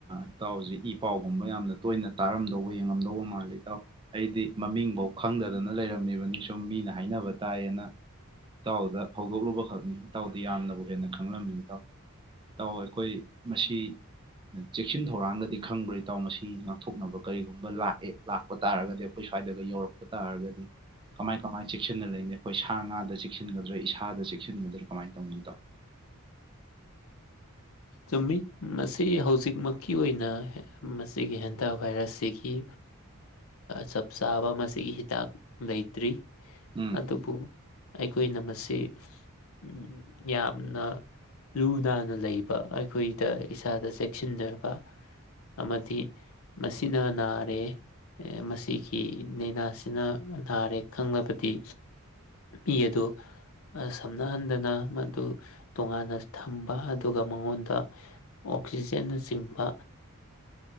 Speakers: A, on the right; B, on the left.
A: ꯏꯇꯥꯎꯁꯤ ꯏ ꯄꯥꯎꯒꯨꯝꯕ ꯌꯥꯝꯅ ꯇꯣꯏꯅ꯫ ꯇꯥꯔꯝꯗꯧꯕ ꯌꯦꯡꯉꯝꯗꯧꯕ ꯃꯥꯜꯂꯤ ꯏꯇꯥꯎ ꯑꯩꯗꯤ ꯃꯃꯤꯡꯐꯧ ꯈꯪꯗꯗꯅ ꯂꯩꯔꯝꯃꯤꯅꯤ ꯁꯨꯝ ꯃꯤꯅ ꯍꯥꯏꯅꯕ ꯇꯥꯏꯌꯦꯅ ꯏꯇꯥꯎꯗ ꯍꯧ ꯍꯧꯗꯣꯛꯂꯨꯕꯈꯛꯅꯤ ꯏꯇꯥꯎꯗꯤ ꯌꯥꯝꯅꯕꯨ ꯍꯦꯟꯅ ꯈꯪꯂꯝꯃꯤꯅꯤ ꯏꯇꯥꯎ, ꯏꯇꯥꯎ ꯑꯩꯈꯣꯏ ꯃꯁꯤ ꯆꯦꯛꯁꯤꯟ ꯊꯧꯔꯥꯡꯗꯗꯤ ꯈꯪꯕ꯭ꯔꯥ ꯏꯇꯥꯎ ꯃꯁꯤ ꯉꯛ꯫ ꯉꯛꯊꯣꯛꯅꯕ ꯀꯔꯤꯒꯨꯝꯕ ꯂꯥꯛꯑꯦ ꯂꯥꯛꯄ ꯇꯥꯔꯒꯗꯤ ꯑꯩꯈꯣꯏ ꯁ꯭ꯋꯥꯏꯗꯒ ꯌꯧꯔꯛꯄ꯫ ꯇꯥꯔꯒꯗꯤ ꯀꯃꯥꯏ - ꯀꯃꯥꯏ ꯆꯦꯛꯁꯤꯟꯅ ꯂꯩꯅꯤ꯫ ꯑꯩꯈꯣꯏ ꯁꯥ ꯉꯥꯗ ꯆꯦꯛꯁꯤꯟꯒꯗ꯭ꯔꯥ ꯏꯁꯥꯗ ꯆꯦꯛꯁꯤꯟꯒꯗ꯭ꯔꯥ ꯀꯃꯥꯏꯅ ꯇꯧꯅꯤ ꯏꯇꯥꯎ
B: ꯆꯨꯝꯃꯤ ꯃꯁꯤ ꯁꯤ ꯍꯧꯖꯤꯛꯃꯛꯀꯤ ꯑꯣꯏꯅ ꯃꯁꯤꯒꯤ ꯍꯦꯟꯊ ꯚꯥꯏꯔꯁꯁꯤꯒꯤ ꯆꯞ ꯆꯥꯕ ꯃꯁꯤꯒꯤ ꯍꯤꯗꯥꯛ ꯂꯩꯇ꯭ꯔꯤ
A: ꯎꯝ
B: ꯑꯗꯨꯕꯨ ꯑꯩꯈꯣꯏꯅ ꯃꯁꯤ ꯎꯝ ꯌꯥꯝꯅ ꯂꯨꯅꯥꯅ ꯂꯩꯕ꯫ ꯑꯩꯈꯣꯏꯗ ꯏꯁꯥꯗ ꯆꯦꯛꯁꯤꯟꯖꯕ ꯑꯃꯗꯤ ꯃꯁꯤꯅ ꯅꯥꯔꯦ ꯃꯁꯤꯒꯤ ꯂꯅꯥꯁꯤꯅ ꯅꯥꯔꯦ ꯈꯪꯂꯕꯗꯤ ꯃꯤ ꯑꯗꯨ ꯁꯝꯅꯍꯟꯗꯅ ꯃꯗꯨ ꯇꯣꯉꯥꯟꯅ ꯊꯝꯕ꯫ ꯑꯗꯨꯒ ꯃꯉꯣꯟꯗ ꯑꯣꯛꯁꯤꯖꯦꯟꯅꯆꯤꯡꯕ